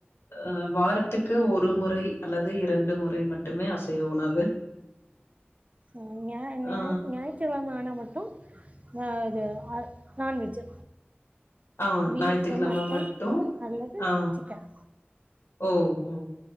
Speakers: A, on the left; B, on the right.
A: அ வார் த்துக்கு ஒரு முறை அல்லது இரண்டு முறை மட் டுமே அசைவ உணவு
B: ஆ ஞா ஞா
A: ஆ
B: ஞாயிற்று கெழம ஆனா மட் டு ஆ இது அ நான்வெஜ்ஜு
A: ஆ
B: பீஃபு
A: ஞாயித்துக்கிழம
B: மட்டன்
A: மட்டு
B: அல்லது
A: ஆ
B: சிக்கன்
A: ஓ ஒ